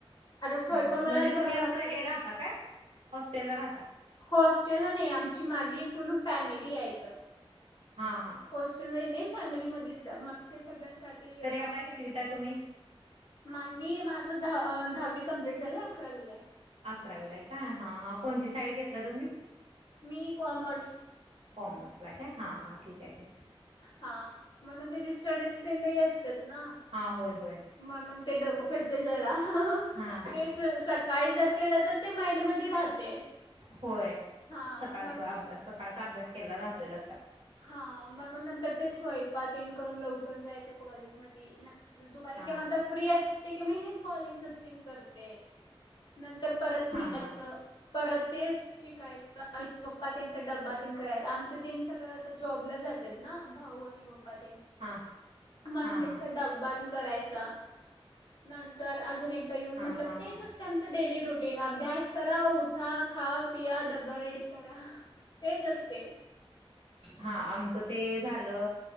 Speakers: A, on the left; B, on the right.
A: आता स्वयंपाक
B: हम्म
A: मलाच
B: म्हणजे
A: बनवायला
B: तुम्ही असं
A: लागते
B: हे राहता काय? हॉस्टेला राहता.
A: हॉस्टेला नाई आमची माझी एक पूर्ण फॅमिली हाय इथं.
B: हा हा
A: पोस्टर वहिने फॅमिलीमधीच हाय मग ते सगळ्यांचं साठी
B: तरी
A: अं
B: आता कितवीत आहे तुम्ही
A: माय मी माझ धा अं धावी कम्प्लीट झालय अकरावीलाय.
B: अकरावी लाय का? हा हा कोणती साईड घेतला तुम्ही?
A: मी कॉमर्स.
B: कॉमर्स लाय काय हां हां ठीक हाय ठीक
A: हा म्हणून त्याची स्टडीज तेन लय असत्यत ना
B: हां होय होय
A: म्हणून ते डोकं फिरतयं जरा.
B: हां हां
A: ते सं सकाळी जर केलं तर ते माइंड मधे राहते
B: होय
A: हा
B: सकाळचं
A: म्हणून
B: अभ्यास सकाळ चा अभ्यास केलेला राहतोय लक्षात.
A: हा म्हणून नंतर ते स्वयपा तेन करून लवकर जायाचं कॉलेज मधी ना दुपारी
B: हां
A: किंवा आता फ्री असते कि मी ही कॉलिंग <unintelligible> करते. नंतर प परत
B: हां
A: यायचं
B: हां
A: परत तेच शिकायचं आणि पप्पा त्यांच डब्बा तेन करायचं आमचं सगळं तेन जॉबला जात्यात ना भाऊ आणि पप म ते
B: हां
A: म्हणून
B: हां
A: त्यांचा
B: हां
A: डब्बा बी करायचा. नंतर अजून एक देऊन
B: हां
A: म्हटलं तेच
B: हां
A: असत आमचं डेली रुटीन अभ्यास करा उठा खा पिया डब परेड करा तेच असते
B: हा आमचं ते झालं